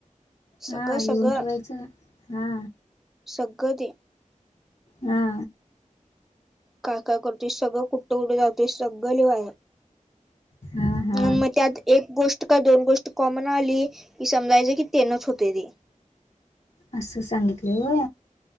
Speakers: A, in the centre; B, on the left (about 55°).
A: सगळं
B: हा लिहून
A: सगळं
B: ठेवायचं हा
A: सगळं ते.
B: हा.
A: काकाय करते सगळं कुठं कुठे जाते सगळ लिवाया.
B: हा हा
A: मग त्यात एक गोष्ट का दोन गोष्ट कॉमन आली की समजायच की तेनच होते ते
B: असं सांगितले हो.